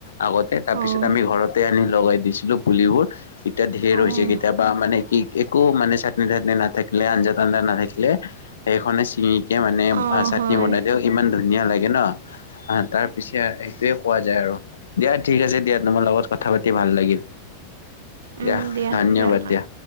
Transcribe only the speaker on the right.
অ',
অ',
অ',
হয়।
উম,
ৰাখা